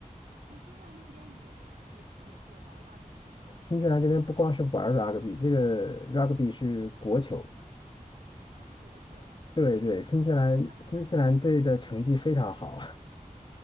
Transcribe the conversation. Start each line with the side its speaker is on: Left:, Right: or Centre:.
Right: 对，新西兰那边也也也也玩 rugby 啊。
Left: 新西兰这边不光是玩儿 rugby，这个 rugby 是国球，
Right: 啊，是国球，
Left: 对对，
Right: 那可能是不是还是
Left: 新西兰新西兰队的成绩非常好。
Right: 对？